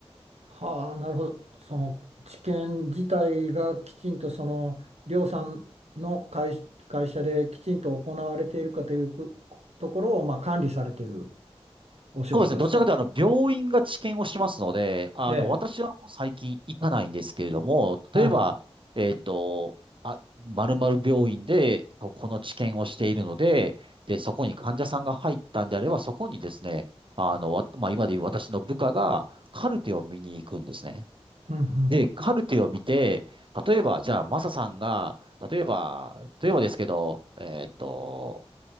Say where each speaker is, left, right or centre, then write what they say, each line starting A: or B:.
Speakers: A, on the right; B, on the right.
A: はあ、なるほど。その、治験自体がきちんと、その、りょうさんの会、会社できちんと行われているかということころを、まあ、管理されているお仕事ですか
B: そうですね。どちらかというと、あの、病院が治験をしますので、あの、
A: ええ。
B: 私はもう最近行かないんですけれども、
A: はい。
B: 例えば、えっと、あ、〇〇病院で、ここの治験をしているので、で、そこに患者さんが入ったんであれば、そこにですね、あの、わまあ、今で言う私の部下がカルテを見に行くんですね。
A: うん、うん、
B: で、カルテを見て、例えば、じゃあ、マサさんが、例えば、例えばですけど、えっと、